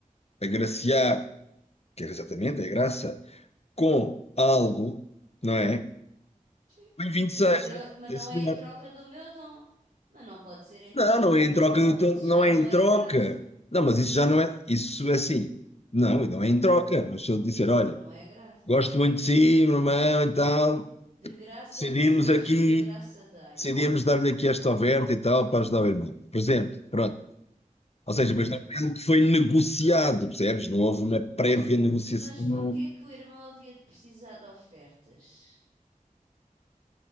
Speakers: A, on the left; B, on the right.
A: agraciar que é exatamente a graça, com algo, não é?
B: Sim.
A: Bem-vindo seja,
B: Mas eu, mas
A: sim,
B: não
A: senhor.
B: é em troca do meu dom. Mas não pode ser em
A: Não,
B: troca
A: não
B: do
A: é
B: meu
A: em troca
B: dom,
A: do todo,
B: que isso
A: não
B: já
A: é
B: não
A: em
B: é
A: troca.
B: graça.
A: Não, mas isso já não é, isso é assim. Não, não é em troca, mas se ele disser, olha,
B: Já não é graça.
A: gosto muito de si, meu irmão, e tal,
B: De graça
A: decidimos
B: recebeste,
A: aqui,
B: de graça dai.
A: decidimos dar-lhe aqui esta oferta e tal, para ajudar o irmão. por exemplo pronto. Ou seja, mas
B: Sim,
A: não é algo que foi negociado, percebes? Não houve uma prévia negociação
B: mas porquê que o irmão havia de precisar de ofertas?